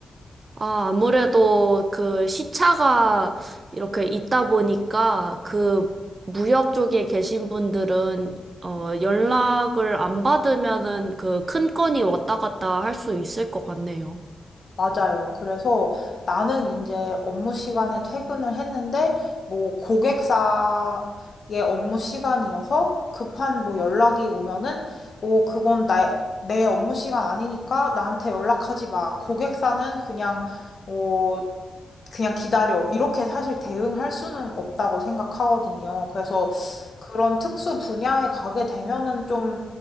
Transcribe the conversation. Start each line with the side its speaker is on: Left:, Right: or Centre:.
Right: 아, 아무래도 그 시차가 이렇게 있다 보니까 그 무역 쪽에 계신 분들은 어, 연락을 안 받으면은 그 큰 건이 왔다 갔다 할 수 있을 것 같네요.
Left: 맞아요. 그래서 나는 이제 업무 시간에 퇴근을 했는데, 뭐, 고객사의 업무 시간이어서 급한 뭐 연락이 오면은, 어, 그건 나, 내 업무 시간 아니니까 나한테 연락하지 마. 고객사는 그냥, 어, 그냥 기다려. 이렇게 사실 대응할 수는 없다고 생각하거든요. 그래서 그런 특수 분야에 가게 되면은 좀,